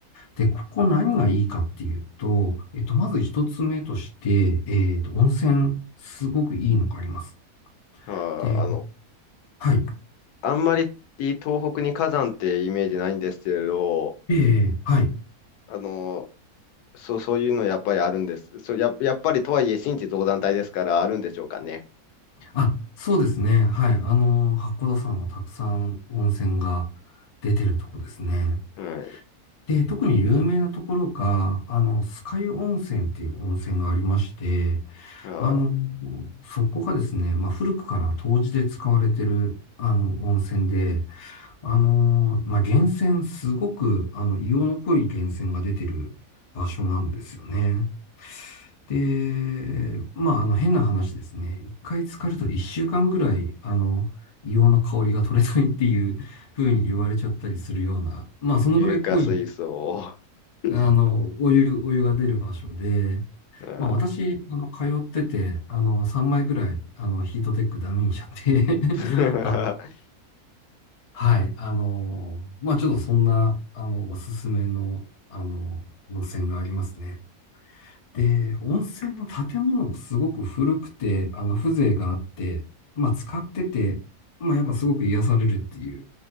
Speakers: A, on the left (about 60°); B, on the left (about 85°).
A: で、ここ何がいいかっていうと、えっと、まず一つ目として、えっと、温泉、すごくいいのがあります。
B: まあー、
A: で、
B: あの、
A: はい。
B: あんまり東北に火山ってイメージないんですけれど、
A: ええ、はい。
B: あの、そう、そういうのやっぱりあるんです。そう、や、やっぱりとはいえ新地造山帯ですからあるんでしょうかね。
A: あ、そうですね。はい。あの、八甲田山はたくさん温泉が出てるとこですね。
B: はい。
A: で、特に有名なところが、あの、酸ヶ湯温泉っていう温泉がありまして、
B: まあ
A: あの、そこがですね、まあ、古くから湯治で使われてる、あの、温泉で、あの、まあ、源泉、すごく、あの、硫黄の濃い源泉が出てる場所なんですよね。で、まあ、あの、変な話ですね。一回浸かると一週間ぐらい、あの、硫黄の香りが取れないっていう風に言われちゃったりするような、まあ、そのぐらい濃い
B: ー、硫化水素。<laughs>
A: あの、お湯、お湯が出る場所で、
B: まあ
A: まあ私、あの、通ってて、あの、3枚ぐらい、あの、ヒートテックダメにしちゃって
B: ー
A: <laughs> あの、はい、あの、まあちょっとそんな、あの、おすすめの、あの、温泉がありますね。で、温泉の建物もすごく古くて、あの、風情があって、まあ使ってて、まあやっぱすごく癒されるっていう、